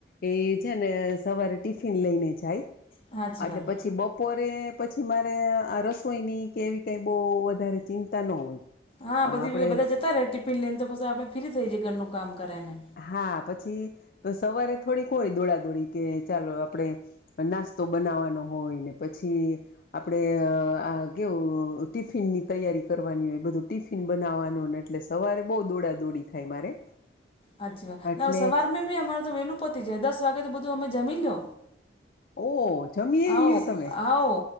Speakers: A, on the left (about 50°); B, on the left (about 30°).
A: એ છે ને સવારે ટિફિન લઈને જાય.
B: સાચી
A: અટલે
B: વાત
A: પછી બપોરે પછી મારે આ રસોઈની કેવી કાય બહુ વધારે ચિંતા ન હોય.
B: હા બધી
A: આપણે
B: બધા જતા રહે ટિફિન લઈને તો પછી આપણે ફ્રી થઈ જઈએ ઘરનું કામ કરે ને.
A: હા પછી તો સવારે થોડીક હોય દોડાદોડી કે ચાલો આપડે નાસ્તો બનાવવાનો હોય ને પછી આપડે આ કેવું ટિફિનની તૈયારી કરવાની હોય બધું ટિફિન ટિફિન બનાવવાનુંને એટલે સવારે બહુ દોડા દોડી થાય મારે
B: હાચી વાત
A: એટલે
B: ના સવાર મે બી અમારે તો વેલું પતી જાય દસ વાગે તો બધું અમે જમી લો.
A: ઓ જમી
B: આવો
A: એ લ્યો તમે
B: આવો.